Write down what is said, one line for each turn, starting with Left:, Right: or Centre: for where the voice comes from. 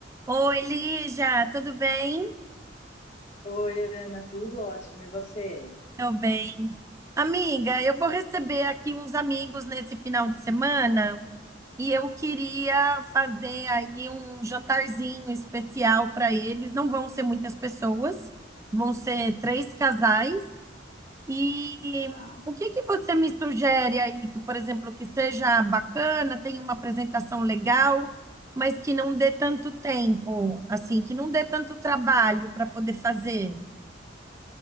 Right: Oi, Lígia, tudo bem?
Left: Oi, Ana, tudo ótimo. E você?
Right: Tô bem. Amiga, eu vou receber aqui uns amigos nesse final de semana e eu queria fazer aí um jantarzinho especial para eles. Não vão ser muitas pessoas, vão ser três casais. E
Left: Tá?
Right: o que que você me sugere aí que, por exemplo, que seja bacana, tenha uma apresentação legal, mas que não dê tanto tempo, assim, que não dê tanto trabalho para poder fazer?